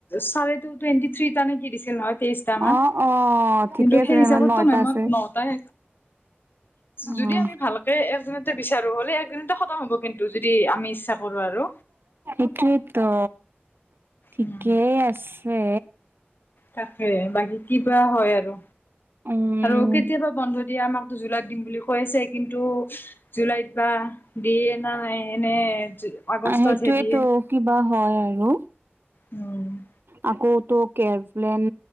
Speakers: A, on the left; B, on the right.
A: চ টুৱেন্টি থ্ৰী তানে কি দিছিল নয় তেইশট
B: অ',
A: মান।
B: অ', ঠিকে
A: কিন্তু
B: আছে
A: সেই
B: তেনেহ'লে
A: হিচাপততো
B: নটা
A: মেমত
B: আছে।
A: নটাই
B: অ',
A: যদি আমি ভালকে একদিনতে বিচাৰো হ'লে একদিনতে খতম হ'ব কিন্তু যদি আমি ইচ্ছা কৰো আৰু।
B: এটোৱতো ঠিকেই
A: উম,
B: আছে।
A: তাকে বাকী কিবা হয় আৰু
B: উম,
A: আৰু কেতিয়াবা বন্ধ দিয়া আমাক জুলাই দিম বুলি কৈছে কিন্তু জুলাইত বা দিয়ে ন। ন এনে আগষ্টতহে
B: সেইটোৱেতো
A: দিয়ে।
B: কিবা হয় আৰু
A: উম
B: আকৌটো কেয়াৰ প্লেন